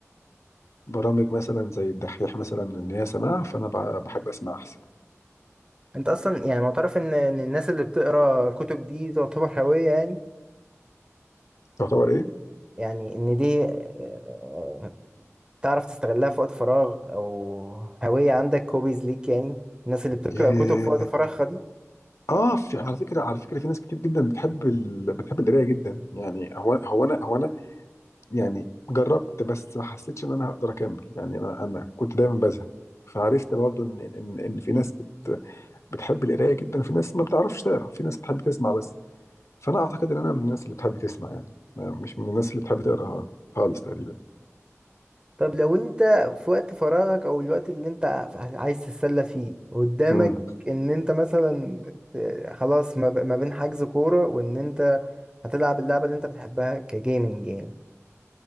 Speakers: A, on the left (about 65°); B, on the right (about 20°).
A: برامج مثلا زي الدحيح مثلا ان هي سماع فانا بع- بحب اسمع احسن
B: انت اصلا يعني معترف ان إن الناس اللي بتقرأ كتب دي تعتبر هوية يعني
A: تعتبر ايه
B: يعني ان دي آه، تعرف تستغلها في وقت فراغ او هوية عندك هوبيز ليك يعني الناس اللي بتقرأ
A: إيه
B: كتب في وقت فراغها دي
A: اه في على فكره على فكره في ناس كتير جدا بتحب ال... بتحب القرايه جدا يعني هو هو انا هو انا يعني جربت بس ما حسيتش ان انا هقدر اكمل يعني انا انا كنت دايما بزهق فعرفت برضو ان ان ان في ناس بت... بتحب القرايه جدا وفي ناس ما بتعرفش تقرا في ناس بتحب تسمع بس فانا اعتقد ان انا من الناس اللي بتحب تسمع يعني ما- مش من الناس اللي بتحب تقرا خالص تقريبا
B: طب لو انت في وقت فراغك او الوقت اللي انت عايز تتسلى فيه قدامك
A: امم
B: ان انت مثلا آه، خلاص ما ب- ما بين حجز كورة وان انت هتلعب اللعبة اللي انت بتحبها كجيمنج يعني